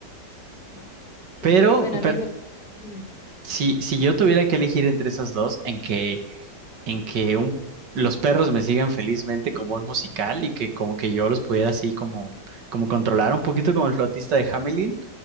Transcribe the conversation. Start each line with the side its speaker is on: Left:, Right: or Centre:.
Left: Ujú. Sí,
Right: Pero,
Left: y bueno, a
Right: pero
Left: mí me, dime.
Right: si, si yo tuviera que elegir entre esas dos, en que, en que un, los perros me sigan felizmente como un musical y que como que yo los pudiera así como, como controlar un poquito como el flautista de Hamelin,